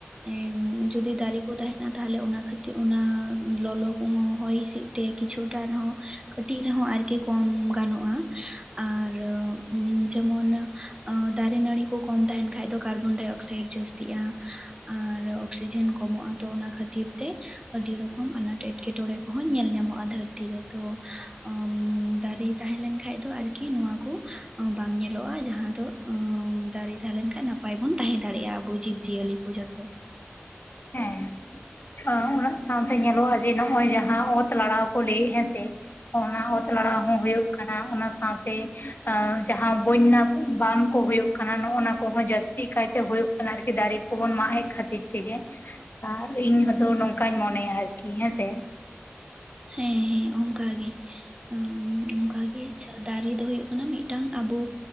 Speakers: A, on the right (about 20°); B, on the left (about 50°).
A: ᱮᱢ ᱡᱩᱫᱤ ᱫᱟᱨᱮ ᱠᱚ ᱛᱟᱦᱮᱱᱟ ᱛᱟᱦᱞᱮ ᱚᱱᱟ ᱠᱷᱟᱹᱛᱤ ᱚᱱᱟ ᱞᱚᱞᱚ ᱠᱚᱦᱚᱸ ᱦᱚᱭ ᱦᱤᱸᱥᱤᱫ ᱛᱮ ᱠᱤᱪᱷᱩᱴᱟ ᱨᱮᱦᱚᱸ ᱠᱟᱹᱴᱤᱡ ᱨᱮᱦᱚᱸ ᱟᱨᱠᱤ ᱠᱚᱢ ᱜᱟᱱᱚᱜᱼᱟᱸ ᱟᱨ ᱩᱸ ᱡᱮᱢᱚᱱ ᱟᱸ ᱫᱟᱨᱮ, ᱱᱟᱹᱲᱤ ᱠᱚ ᱠᱚᱢ ᱛᱟᱦᱮᱱ ᱠᱷᱟᱡ ᱫᱚ 'ᱠᱟᱨᱵᱚᱱᱰᱟᱭ ᱚᱠᱥᱟᱭᱤᱰ' ᱡᱟᱹᱥᱛᱤᱜᱼᱟᱸ᱾ ᱟᱨ ᱚᱠᱥᱤᱡᱮᱱ ᱠᱚᱢᱚᱜᱼᱟ ᱛᱚ ᱚᱱᱟ ᱠᱷᱟᱹᱛᱤᱨ ᱛᱮ ᱟᱹᱰᱤ ᱨᱚᱠᱚᱢ ᱟᱱᱟᱴ ᱮᱸᱴᱠᱮᱴᱚᱬᱮ ᱠᱚᱦᱚᱸ ᱧᱮᱞ ᱧᱟᱢᱚᱜᱼᱟ ᱫᱷᱟᱹᱨᱛᱤ ᱨᱮ ᱛᱚ ᱩᱸ ᱫᱟᱨᱤ ᱛᱟᱦᱮᱸ ᱞᱮᱱ ᱠᱷᱟᱡ ᱫᱚ ᱟᱨᱠᱤ ᱱᱚᱣᱟ ᱠᱚ ᱟᱸ ᱵᱟᱝ ᱧᱮᱞᱚᱜᱼᱟ᱾ ᱡᱟᱦᱟᱸ ᱫᱚ ᱟᱸ ᱫᱟᱨᱮ ᱛᱟᱦᱮᱸ ᱞᱮᱱ ᱠᱷᱟᱡ ᱱᱟᱯ- -ᱯᱟᱭ ᱵᱚᱱ ᱛᱟᱦᱮᱸ ᱫᱟᱲᱮᱜᱼᱟ ᱟᱵᱚ ᱡᱤᱵᱽ-ᱡᱤᱭᱟᱹᱞᱤ ᱠᱚ ᱡᱚᱛᱚ᱾
B: ᱦᱮᱸ᱾ ᱚᱸ ᱩᱱᱟᱹᱜ ᱥᱟᱶᱛᱮ ᱧᱮᱞᱚᱜᱼᱟ, ᱡᱮ ᱱᱚᱜᱼᱚᱭ ᱡᱟᱦᱟᱸ ᱚᱛ ᱞᱟᱲᱟᱣ ᱠᱚ ᱞᱟᱹᱭᱮᱹᱜ ᱦᱮᱸᱥᱮ ᱚᱱᱟ ᱚᱛ ᱛᱟᱞᱟᱲᱟᱣ ᱦᱚᱸ ᱦᱩᱭᱩᱜ ᱠᱟᱱᱟ ᱚᱱᱟ ᱥᱟᱶᱛᱮ ᱟᱸ ᱡᱟᱦᱟᱸ ᱵᱚᱹᱧᱱᱟ ᱠᱚ, ᱵᱟᱱ ᱠᱚ ᱦᱩᱭᱩᱜ ᱠᱟᱱᱟ ᱱᱚᱜᱼᱱᱟ ᱠᱚᱦᱚᱸ ᱡᱟᱥ- -ᱛᱤ ᱠᱟᱭᱛᱮ ᱦᱩᱭᱩᱜ ᱠᱟᱱᱟ ᱟᱨᱠᱤ ᱫᱟᱨᱮ ᱠᱚᱵᱚᱱ ᱢᱟᱜ ᱮᱜ ᱠᱷᱟᱹᱛᱤᱨ ᱛᱮᱜᱮ᱾ ᱟᱨ ᱤᱧ ᱦᱚᱸᱛᱚ ᱱᱚᱝᱠᱟᱧ ᱢᱚᱱᱮ ᱭᱟᱨᱠᱤ ᱦᱮᱸᱥᱮ᱾
A: ᱦᱮᱸ-ᱦᱮᱸ, ᱚᱝᱠᱟᱜᱮ ᱟᱼᱢ ᱚᱝᱠᱟᱜᱮ᱾ ᱪᱷᱟ ᱫᱟᱨᱮ ᱫᱚ ᱦᱩᱭᱩᱜ ᱠᱟᱱᱟ ᱢᱤᱜᱴᱟᱝ ᱟᱵᱚ